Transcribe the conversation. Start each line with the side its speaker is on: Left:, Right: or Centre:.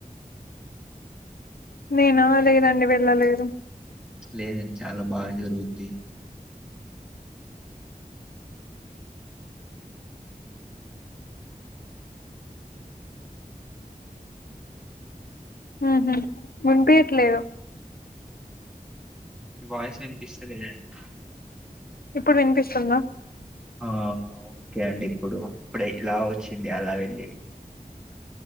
Left: నేనా లేదండి వెళ్ళలేదు.
Centre: లేదండి చాలా బాగా జరుగుద్ది
Left: హుహు వినిపియ్యట్లేదు
Centre: మీ వాయిస్ వినిపిస్తలేదండి
Left: ఇప్పుడు వినిపిస్తుందా
Centre: ఆ ఓకే అండి ఇప్పుడు ఇప్పుడే ఇలా వ వచ్చింది అలా వెళ్లి